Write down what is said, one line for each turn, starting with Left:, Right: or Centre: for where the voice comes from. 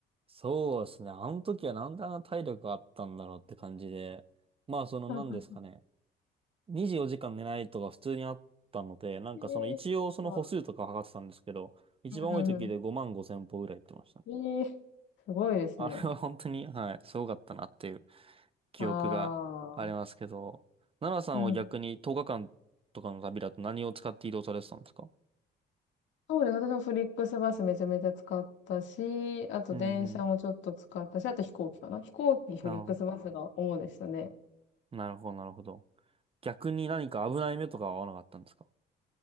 Right: そうですね。あの時はなんであんな体力あったんだろうって感じで、まあ、その、
Left: <laughs>
Right: なんですかね。24時間寝ないとか普通にあったので、なんかその一応その歩数とか測ってたんですけど、
Left: ええわ
Right: 一番多い時で5万5千歩ぐらい行ってました。
Left: うんうんうん。ええすごいですね。
Right: あれは本当に、はい、すごかったなっていう記憶がありますけど、
Left: ああ。
Right: 奈良さんは逆に10日間とかの旅だと何を使って移動されてたんですか
Left: うんそうです。私もフリックスバスめちゃめちゃ使ったし、あと電車もちょっと使ったし、
Right: うんうん。
Left: あと飛行機かな。飛行機、フリックスバスが主でしたね。
Right: ああ、なるほど、なるほど。逆に何か危ない目とかは合わなかったんですか